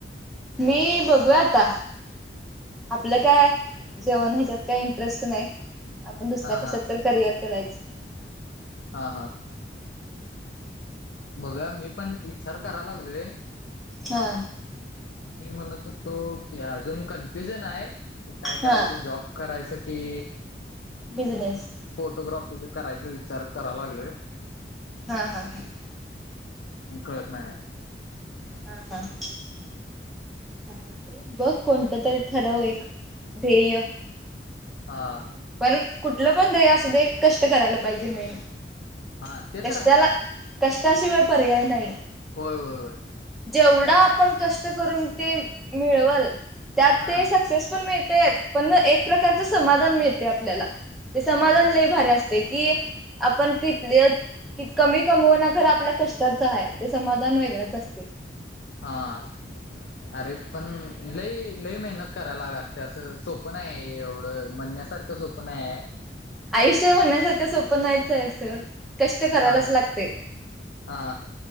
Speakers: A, in the centre; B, on the left.
A: मी बघूया आता आपलं काय! जेवण ह्यांच्यात काही इंटरेस्ट नाही, आपण दुसऱ्या
B: हा
A: कशात
B: हा
A: तरी करिअर करायच.
B: हा हा! बघुया मी पण विचार करायला लागलोये.
A: हा!
B: मी म्हणत होतो की अजून कन्फ्युजन हायं, की काय करायचं
A: हा
B: जॉब करायचं की.
A: बिजनेस.
B: फोटोग्राफीचं करायचं विचार कराय लागलोय.
A: हा हा‌ हा!
B: न कळत नाय!
A: हां हां! सांगतेय बघ कोणतं तरी ठरव एक ध्येय.
B: हा!
A: पण कुठलं पण ध्येय असू दे, कष्ट करायला पाहिजे मेन
B: हा ते
A: कष्टाला
B: तर आहे
A: कष्टाशिवाय पर्याय नाही.
B: होय होय! होय
A: जेवढं आपण कष्ट करून ते मिळवंल! त्यात
B: हा
A: ते सक्सेस पण मिळतेच, पण एक प्रकारच समाधान मिळते आपल्याला. ते समाधान
B: होय
A: लयी भारी असते, कि आपण कितलीयत. कि कमी कमवण खरं आपल्या कष्टाचं आहे, ते समाधान वेगळंच असतंय.
B: हा! अरे पण लई लयी मेहनत करायला लागती, असं सोप नाही आहे एवढं म्हणण्यासार इतकं सोप नाही आहे.
A: आयुष्य म्हणण्यासारखं सोपं नाहीच आहे असं कष्ट करायलाच
B: हा
A: लागतंय.
B: हा!